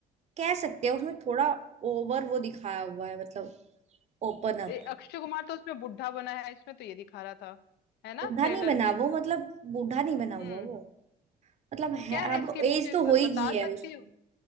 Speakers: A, on the right; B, on the left.
A: कह सकते हैं उसमें थोड़ा ओवर वो दिखाया हुआ है मतलब Open
B: ए,
A: up
B: अक्षय कुमार तो उसमें बुढ़ा बना है इसमें तो ये दिखा रहा था है ना
A: बूढ़ा
B: ट्रेलर
A: नहीं बना
B: में
A: वो मतलब बूढ़ा नहीं बना हुआ
B: हम्म
A: वो मतलब है
B: क्या है
A: अब
B: इसकी मुझे
A: एज तो
B: ब,
A: हो ही
B: बता
A: गई है
B: सकती
A: उसकी
B: हो